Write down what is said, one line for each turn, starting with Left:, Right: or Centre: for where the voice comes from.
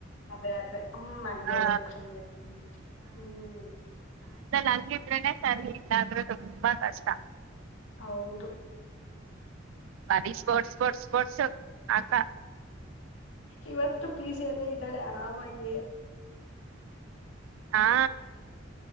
Left: ಅದೇ ಅದೇ ಹ್ಮ್ ಹಂಗಗೆ
Right: ಆ
Left: ಇರ್ಬೇಕು ಸುಮ್ನೆ ಹ್ಮ್ ಹ್ಮ್
Right: ಹಂಗಿದ್ರೆನೆ ಸರಿ ಇಲ್ಲ ಅಂದ್ರೆ ತುಂಬಾ ಕಷ್ಟ
Left: ಹೌದು
Right: ಬರಿ ಸ್ಪೋಟ್ ಸ್ಪೋರ್ಟ್ಸ್ ಸ್ಪೋರ್ಟ್ಸ್ ಆಟ
Left: ಇವತ್ತು ಪಿ ಜಿ ಎಲ್ಲ ಇದ್ದಾಳೆ ಆರಾಮಾಗಿ
Right: ಹಾ